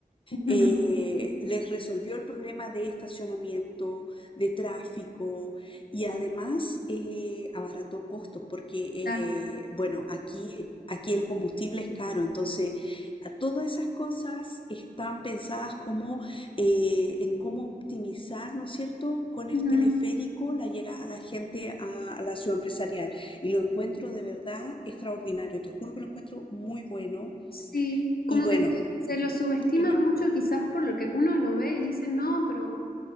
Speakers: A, on the left; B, on the left.
A: ujú,
B: eh,
A: <laughs>
B: les resolvió el problema de estacionamiento, de tráfico y además eh, abarató costos porque, eh,
A: Claro.
B: bueno, aquí, aquí el combustible es caro, entonces a todas esas cosas están pensadas como eh, en cómo optimizar, ¿no es cierto?, con el
A: Ujú.
B: teleférico la llegada a la gente a, a la ciudad empresarial. Y lo encuentro de verdad extraordinario, te juro que lo encuentro muy bueno.
A: Sí, como
B: Y bueno,
A: que se, se lo subestima
B: en-
A: mucho quizás por lo que uno lo ve y dice, no, pero